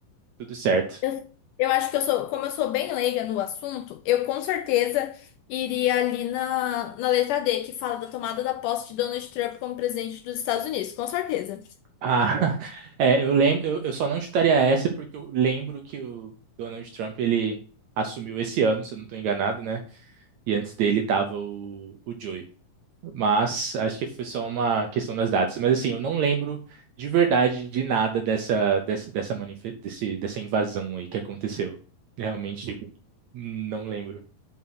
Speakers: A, on the right (about 75°); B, on the left (about 80°).
A: tudo certo.
B: Eu, eu acho que eu sou, como eu sou bem leiga no assunto, eu com certeza iria ali na, na letra D, que fala da tomada da posse de Donald Trump como presidente dos Estados Unidos, com certeza.
A: Ah, <laughs> é, eu lembro, eu, eu só não chutaria essa porque eu lembro que o Donald Trump ele assumiu esse ano, se eu não estou enganado, né? E antes dele tava o, o Joe. Mas acho que foi só uma questão das datas. Mas assim, eu não lembro de verdade de nada dessa dessa dessa, manife- desse, dessa invasão aí que aconteceu. Realmente não lembro.